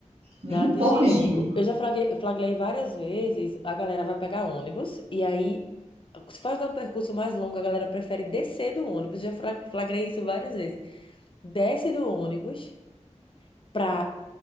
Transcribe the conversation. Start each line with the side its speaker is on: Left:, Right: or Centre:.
Right: Nem
Left: Nada
Right: um pouco
Left: higiênico.
Right: higiênico.
Left: Eu já flagrei, flagrei várias vezes, a galera vai pegar ônibus, e aí, se faz um percurso mais longo, a galera prefere descer do ônibus. Já fra- flagrei isso várias vezes. Desce do ônibus pra